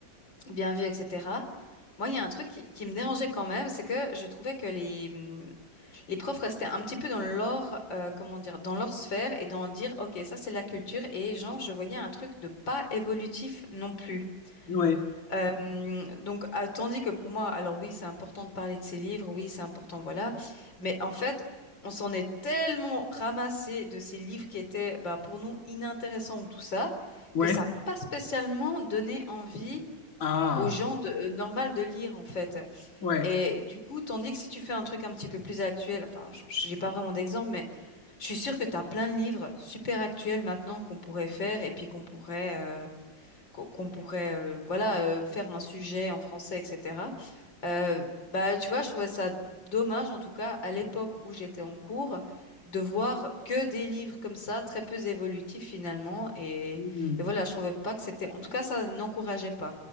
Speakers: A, on the left (about 80°); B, on the left (about 45°).
A: bien vus, etc., moi, il y a un truc qui, qui me dérangeait quand même, c'est que je trouvais que les, les profs restaient un petit peu dans leur, euh, comment dire, dans leur sphère et dans dire, OK, ça c'est la culture. Et genre, je voyais un truc de pas évolutif non plus.
B: ouais.
A: Euh, donc, à- tandis que pour moi, alors oui, c'est important de parler de ces livres, oui, c'est important, voilà. Mais en fait, on s'en est tellement ramassé de ces livres qui étaient, ben, pour nous, inintéressants ou tout ça,
B: Ouais.
A: que ça n'a pas spécialement donné envie
B: Ah,
A: aux gens de, euh, normal de lire, en fait.
B: ouais.
A: Et du coup, tandis que si tu fais un truc un petit peu plus actuel, enfin, je- j'ai pas vraiment d'exemple, mais je suis sûre que tu as plein de livres super actuels maintenant qu'on pourrait faire et puis qu'on pourrait, euh, qu'on qu'on pourrait, euh, voilà, euh, faire un sujet en français, etc. Euh, bah, tu vois, je trouvais ça dommage, en tout cas, à l'époque où j'étais en cours, de voir que des livres comme ça, très peu évolutifs finalement. Et,
B: Hmm.
A: et voilà, je trouvais pas que c'était, en tout cas, ça n'encourageait pas.